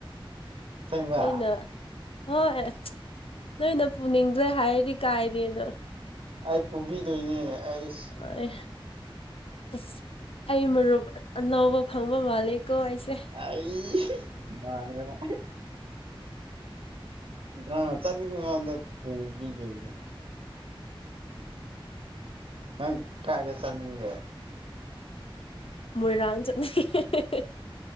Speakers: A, on the right; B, on the left.
A: ꯑꯁꯦꯡꯕ
B: ꯅꯣꯏꯅ ꯍꯣꯏ ꯅꯣꯏꯅ ꯄꯨꯅꯤꯡ ꯅꯣꯏ ꯍꯥꯏꯔꯤ ꯀꯥꯏꯗꯦꯅꯣ
A: ꯑꯩ ꯄꯨꯕꯤꯗꯣꯏꯅꯦ ꯑꯩ
B: ꯍꯣꯏ ꯑꯁ ꯑꯩ ꯃꯔꯨꯞ ꯑꯅꯧꯕ ꯐꯪꯕ ꯃꯥꯂꯦꯀꯣ ꯑꯩꯁꯦ
A: ꯑꯩ ꯃꯥ <unintelligible> ꯑ <unintelligible> ꯆꯠꯅꯤꯡꯕꯀꯥꯟꯗ ꯄꯨꯕꯤꯗꯣꯏꯅꯦ ꯑ ꯀꯥꯏꯗ ꯆꯠꯅꯤꯡꯒꯦ
B: ꯃꯣꯏꯔꯥꯡ ꯆꯠꯅꯤꯡꯉꯦ